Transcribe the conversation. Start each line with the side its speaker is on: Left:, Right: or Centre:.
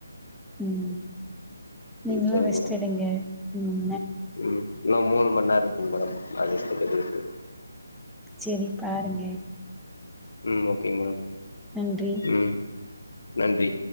Centre: உம் நீங்களும்
Left: சரிங்க
Centre: ரெஸ்ட்
Left: மேடம்
Centre: எடுங்க உம்
Left: ம் நம் மூணு மன்னார தும்படம் <unintelligible> இருக்கு
Centre: செரி பாருங்க
Left: ம் ஓகே மேடம்
Centre: நன்றி
Left: ம் நன்றி